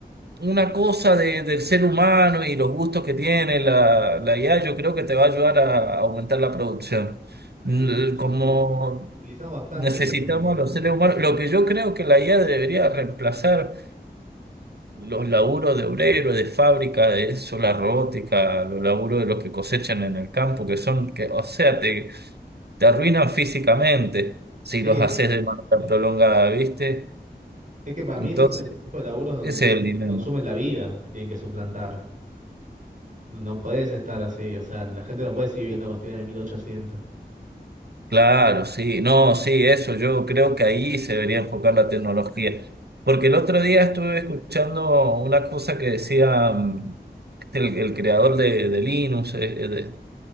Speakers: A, on the right; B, on the right.
A: una cosa de- del ser humano y los gustos que tiene la, la IA, yo creo que te va a ayudar a, aumentar la producción. L-
B: Sí, incluso
A: Como
B: utilizamos bastante
A: necesitamos
B: IA en algunas cosas.
A: a los seres humanos, lo que yo creo que la IA debería reemplazar los laburos de obrero, de fábrica, de eso, la robótica, los laburos de los que cosechan en el campo, que son, que, o sea, te, te arruinan físicamente si
B: Sí,
A: los
B: es
A: haces
B: que,
A: de manera prolongada, ¿viste?
B: es que para
A: Entonces,
B: mí esos, esos tipos de laburos donde
A: ese
B: se
A: es el
B: te,
A: dilema.
B: te consumen la vida, te tienen que suplantar. No podés estar así, o sea, la gente no puede seguir viendo como estuvieran en mil ochocientos
A: Claro, sí, no, sí, eso, yo creo que ahí se debería enfocar la tecnología. Porque el otro día estuve escuchando una cosa que decía mm, este, el, el creador de, de Linux, eh, eh, de-